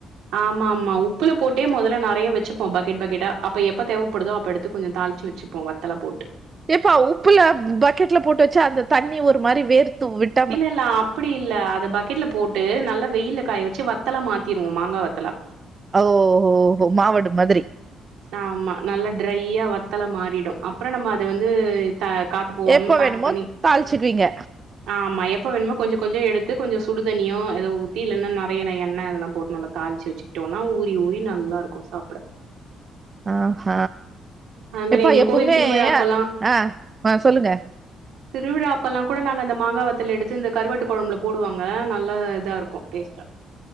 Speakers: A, on the right; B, on the right.
A: ஆம்மா ஆம்மா உப்புல போட்டே மொதல்ல நெறைய வெச்சுப்போ பக்கெட் பக்கெட்டா அப்ப எப்ப தேவப்படுதோ அப்ப எடுத்து கொஞ்ச தாளிச்சு வெச்சு அப்போ வத்தல போட்டு
B: ஏப்பா உப்புல பக்கெட்ல போட்டு வச்சா அந்த தண்ணி ஒரு மாரி வேர்த்து விட்டு
A: இல்ல இல்ல அப்டி இல் இல்ல அத பக்கெட்ல போட்டு நல்லா வெயில்ல காய வச்சு வத்தலா மாத்திருவோ மாங்கா வத்தலா
B: ஓஹோ ஹோ மாவடு மாதிரி
A: ஆமா நல்ல ட்ரையா வத்தல மாறிடு அப்ற நம்ம அத வந்து காத்து போவாம
B: எப்ப
A: பேக்
B: வேணுமோ
A: பண்ணி
B: தாளிச்சுக்குவீங்க
A: ஆமா எப்ப வேணுமொ கொஞ்ச கொஞ்ச எடுத்து கொஞ்ச சுடுதண்ணியோ ஏத ஊத்தி இல்லன்னா நெறைய எண்ணெய்ல்லா போட்டு நல்லா தாளிச்சு வச்சுக்கிட்டோம்னா ஊரி ஊரி நல்லா இருக்கு சாப்பிட
B: ஆ ஹ
A: அது மாரி
B: எப்பா
A: எங்களுக்கு
B: எப்பமே
A: கோயில் திருவிழா அப்பல்லாம்
B: ஆ ஆ சொல்லுங்க
A: திருவிழா அப்பெல்லா கூட நாங்க அந்த மாங்கா வத்துல எடுத்து இந்த கருவாட்டு கொழம்புல போடுவாங்க நல்ல இதா இருக்கு டேஸ்ட்டா